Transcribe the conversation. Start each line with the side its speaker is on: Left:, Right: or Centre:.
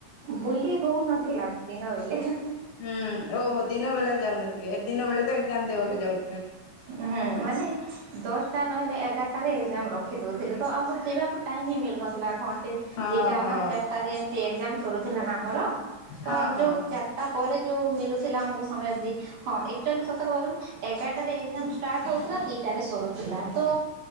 Right: ବୁଲି ହଉନଥିଲା ଦିନ ବେଳେ
Left: ହୁଁ ଓହୋ ଦିନ ବେଳା ଯାଉନଥିଲି ଏ ଦିନ ବେଳେ ଏକଜମ ଦେବାକୁ ଯାଉଛି
Right: ହୁଁ ମାନେ ଦଶ ତା ନହେଲେ ଏଗାରଟାରେ ଏକ୍ଜାମ ରଖିଦଉଥିଲେ ତ ଆମକୁ ଯିବାକୁ ଟାଇମ୍ ହିଁ ମିଳୁନଥିଲା। ଘଣ୍ଟା
Left: ହଁ
Right: ଦିଟା
Left: ହଁ
Right: ନା ଚାରିଟାରେ ଏମତି ଏକଜାମ ସୁରୁଥିଲା ନା ଆମର ତ
Left: ହଁ ହଁ
Right: ଯୋଉ
Left: ହଁ
Right: ଚାରିଟା ପରେ ଯୋଉ ମଳୁଥିଲା ଆମକୁ ସମୟ ହଁ ଚ <inaudible> କହୁ ଥିଲୁ ଏଗାର ଷ୍ଟାର୍ଟ ହଉଥିଲା ଦିଟାରେ ସରୁଥିଲା ତ